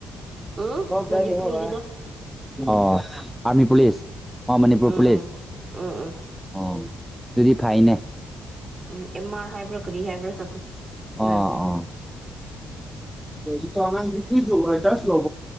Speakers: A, on the right; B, in the centre.
A: ꯎꯝ
B: ꯍꯀꯅꯤ
A: ꯃꯅꯤꯄꯨꯔꯒꯤꯗꯣ
B: ꯍꯕ ꯑ ꯑꯔꯃꯤ ꯄꯨꯂꯤꯁ ꯑ ꯃꯅꯤꯄꯨꯔ
A: ꯎꯝ
B: ꯄꯨꯂꯤꯁ
A: ꯎꯝ ꯎꯝ
B: ꯑ ꯑꯗꯨꯗꯤ ꯐꯥꯏꯅꯦ
A: ꯎꯝ ꯑꯦꯝ ꯑꯥꯔ ꯍꯥꯏꯕ꯭ꯔꯥ ꯀꯗꯤ ꯍꯥꯏꯕ꯭ꯔꯥ ꯑꯣꯏꯕꯅꯦ
B: ꯑꯥ ꯑꯥ ꯏ ꯑꯉꯥꯡ ꯀ ꯌꯒ ꯑꯁꯂ ꯣ